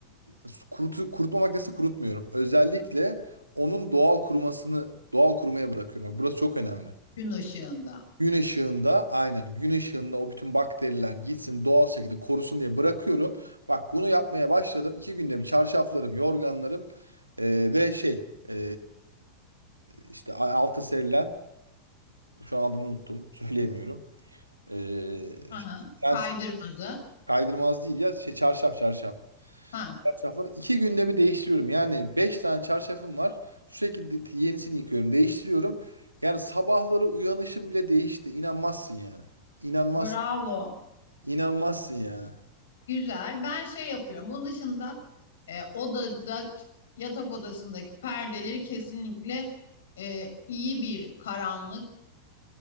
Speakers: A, on the right (about 85°); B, on the left (about 60°).
A: su- kurutu, kurutma makinesi kurutmuyorum. Özellikle onun doğal kurumasını doğal kurumaya bırakıyorum. Bak burası çok önemli.
B: Gün ışığında.
A: Gün ışığında aynen gün ışığında o bütün bakteriler gitsin doğal şekilde korusun diye bırakıyorum. Bak bunu yapmaya başladım. İki günde bir çarşaflarım, yorganlarım eee, ve şey eee, işte a- alta serilen şu an adını unuttum söyleyemiyorum. Eee,
B: Hı hı.
A: sen
B: Kaydırmazı.
A: Kaydırmaz değil ya. Şey, çarşaf çarşaf.
B: Ha,
A: Çarşafları iki günde bir değiştiriyorum. Yani beş tane çarşafım var. Sürekli de- yenisini yıkıyorum. Değiştiriyorum. Yani sabahları uyanışım bile değişti. İnanmazsın yani. İnanmaz,
B: bravo.
A: inanmazsın yani.
B: Güzel. Ben şey yapıyorum. Bunun dışında e, odada yatak odasındaki perdeleri kesinlikle e, iyi bir karanlık